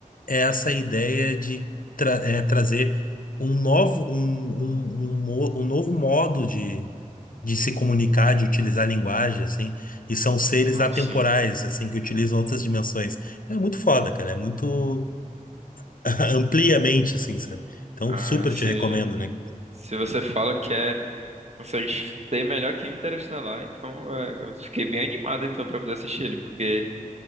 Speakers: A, on the left (about 75°); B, on the right (about 50°).
A: é essa ideia de tra- é, trazer um novo, um, um, um, mo- um novo modo de, de se comunicar, de utilizar a linguagem, assim, e são seres
B: Ah,
A: atemporais,
B: sim.
A: assim, que utilizam outras dimensões. É muito foda, cara, é muito <laughs> ampliamente, assim, sabe? Então,
B: Ah,
A: super
B: se,
A: te recomendo, né?
B: se você fala que é, consegue ser melhor que Interestelar, então é, eu fiquei bem animado então para poder assistir ele, porque